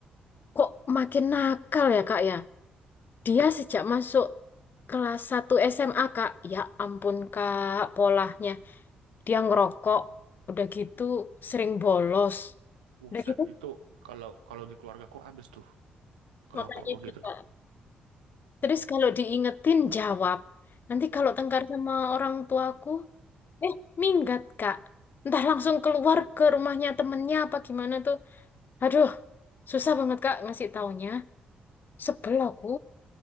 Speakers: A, on the left; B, on the right.
A: kok makin nakal ya kak ya? Dia sejak masuk kelas 1 SMA kak, ya ampun kak, polahnya. Dia ngerokok, udah gitu sering bolos.
B: Buset,
A: Udah gitu,
B: itu kalau kalau di keluargaku habis tuh ngerokok
A: makanya
B: begitu.
A: juga. Terus kalau diingetin jawab. Nanti kalau tengkar sama orang tuaku, eh minggat kak. Entah langsung keluar ke rumahnya temennya apa gimana tuh. Aduh, susah banget kak ngasih taunya. Sebel aku.